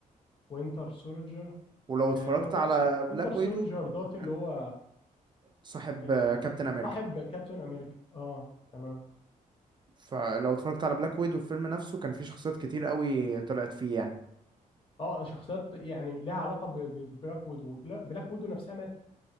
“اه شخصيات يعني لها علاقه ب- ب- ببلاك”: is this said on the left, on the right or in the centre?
Left